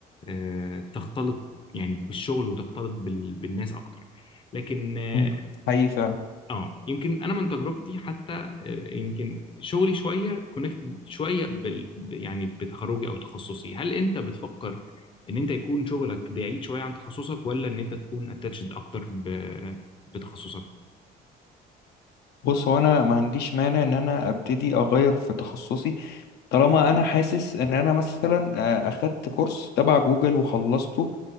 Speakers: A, on the left; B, on the left.
A: آه، تختلط يعني بالشغل وتختلط بال- بالناس اكتر لكن آه،
B: مم. حقيقي فعلا
A: اه يمكن انا من تجربتي حتى آه، يمكن شغلي شويه كونكتد شويه بال ب- يعني بتخرجي او تخصصي هل انت بتفكر ان انت يكون شغلك بعيد شويه عن تخصصك ولا ان انت تكون اتاتشد اكتر ب... بتخصصك
B: بص هو انا ما عنديش مانع ان انا ابتدي اغير في تخصصي طالما انا حاسس ان انا مثلا آه، اخدت كورس تبع جوجل وخلصته